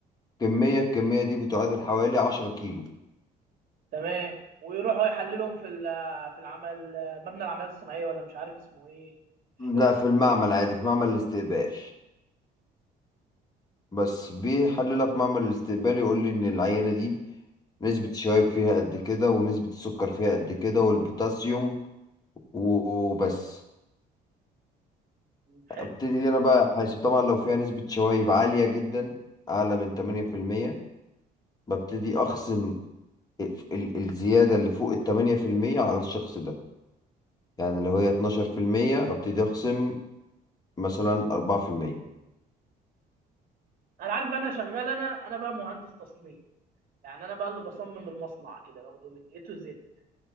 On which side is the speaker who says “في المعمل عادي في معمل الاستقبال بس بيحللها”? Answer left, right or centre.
Left